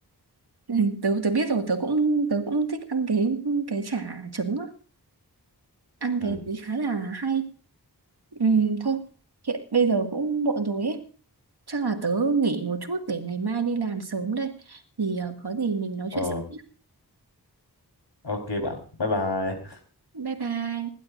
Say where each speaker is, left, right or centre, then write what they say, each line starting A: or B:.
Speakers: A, on the right (about 70°); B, on the left (about 80°).
A: ừ, tớ tớ biết rồi tớ cũng tớ cũng thích ăn cái cái chả trứng á ăn
B: ừ
A: cái đấy khá là hay ừ, thôi hiện bây giờ cũng muộn rồi ấy Chắc là tớ nghỉ một chút để ngày mai đi làm sớm đây. Thì ờ, có gì mình nói
B: ờ
A: chuyện sau nhé.
B: ok bạn bye bye
A: Bye bye.